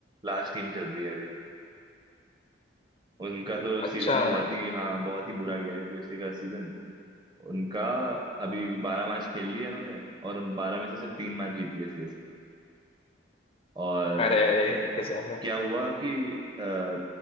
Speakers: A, on the right; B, on the left.
A: लास्ट टीम चल रही है अभी उनका तो
B: अच्छा
A: सीजन बहुत
B: यार
A: ही हाँ बहुत ही बुरा गया है सीएसके का सीजन उनका अभी बारह मैच खेल लिए उन्होंने और उन बारह में से सिर्फ तीन मैच जीती है सीएसके और
B: अरे अरे अरे, कैसे हो गया?
A: क्या हुआ कि अ,